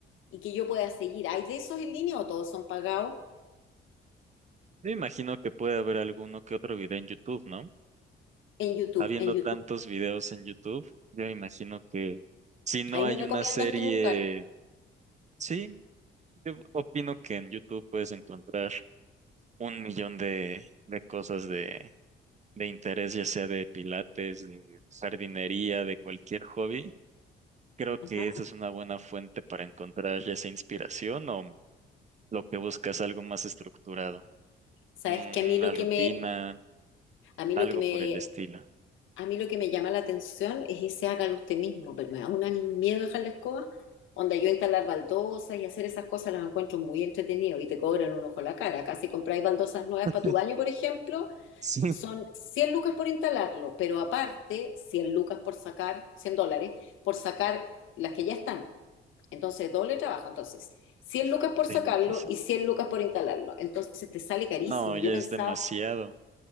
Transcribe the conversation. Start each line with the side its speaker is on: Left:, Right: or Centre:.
Left: y que yo pueda seguir. ¿Hay de esos en línea o todos son pagados?
Right: Yo imagino que puede haber alguno que otro video en YouTube, ¿no?
Left: En YouTube,
Right: Habiendo
Left: en YouTube.
Right: tantos videos en YouTube, yo imagino que si no
Left: Ahí
Right: hay
Left: me recomiendas
Right: una serie,
Left: tú buscar.
Right: sí, yo opino que en YouTube puedes encontrar un millón de, de cosas de, de interés, ya sea de pilates, de jardinería, de cualquier hobby Creo
Left: Ajá.
Right: que esa es una buena fuente para encontrar ya esa inspiración o lo que buscas algo más estructurado,
Left: Sabes
Right: una
Left: que a mí lo
Right: rutina,
Left: que me, a mí
Right: algo
Left: lo que me
Right: por el estilo.
Left: A mí lo que me llama la atención es ese hágalo usted mismo, pero me da un miedo dejar la escoba. Onda, yo instalar baldosas y hacer esas cosas las encuentro muy entretenido y te cobran un ojo la cara. Casi compráis baldosas nuevas
Right: <laughs>
Left: para tu baño, por ejemplo,
Right: Sí.
Left: son 100 lucas por instalarlo, pero aparte 100 lucas por sacar, 100 dólares, por sacar las que ya están. Entonces, doble trabajo. Entonces, 100 lucas por sacarlo
Right: Sí, sí, sí.
Left: y 100 lucas por instalarlo. Entonces, te sale carísimo.
Right: No, ya
Left: Yo he pensado,
Right: es demasiado.